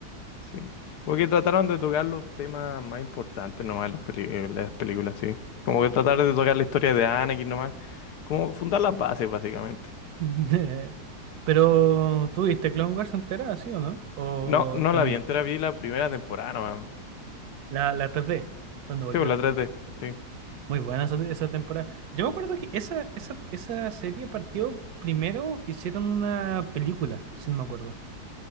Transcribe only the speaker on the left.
Sí. Como que trataron de tocar los temas más importantes nomás en las peli- las películas, sí. Como que trataron de tocar la historia de Anakin nomás. Como fundar las bases, básicamente.
No, no
la vi entera, vi la primera temporada nomás.
Sí, pues la 3D, sí.